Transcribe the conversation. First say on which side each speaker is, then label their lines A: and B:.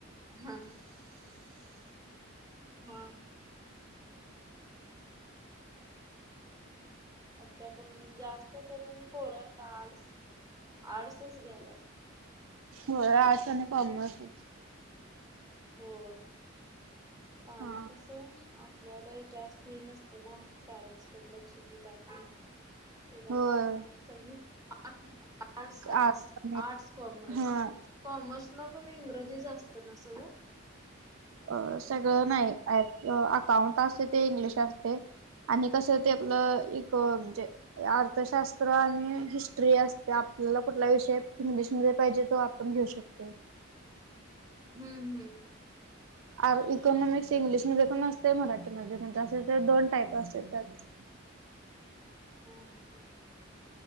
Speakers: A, on the right; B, on the right.
A: हा हा, हा, आता पण जास्त करून पोरं आर्टसं आर्ट्संच घ्यायल्यात.
B: होय. आर्टसं आणि कॉमर्सच
A: होय. सायन्स
B: हा.
A: कसं आपल्याकडं जास्त हे नसतं ना, सायन्स कड लक्ष देत आपुण- त्याच्यामुळ
B: होय
A: सगी <unintelligible> आर्टस सायन्स,
B: आर्ट्स आणि
A: आर्ट्स कॉमर्स,
B: हा.
A: कॉमर्स ला पण इंग्रजी जास्त त नसल ओ
B: अ सगळं नाही. अकाउंट असते ते इंग्लिश असते. आणि कसं ते आपलं एक म्हणजे अर्थशास्त्र आणि हिस्ट्री असते. आपल्याला कुठला विषय इंग्लिशमध्ये पाहिजे तो आ घेऊ शकतोय.
A: हम्म हम्म,
B: आर इकॉनॉमिक्स इंग्लिशमध्ये पण असतंय, मराठीमध्ये पण <unintelligible> दोन टाईप असतेत त्यात
A: <inaudible>